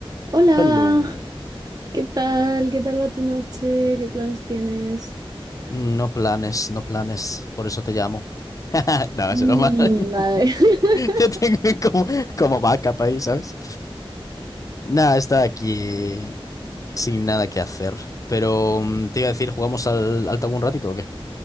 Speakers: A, on the right (about 40°); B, on the left (about 35°).
A: Hola,
B: Hello.
A: ¿qué tal? ¿Qué tal va tu noche? ¿Qué planes tienes?
B: No planes, no planes, por eso te llamo. <laughs> No,
A: Mm,
B: es broma. <laughs>
A: vale. <laughs>
B: Yo tengo como, como backup ahí, ¿sabes? Nada, está aquí sin nada que hacer. Pero mm, te iba a decir, ¿jugamos al, al tabú un ratito o qué?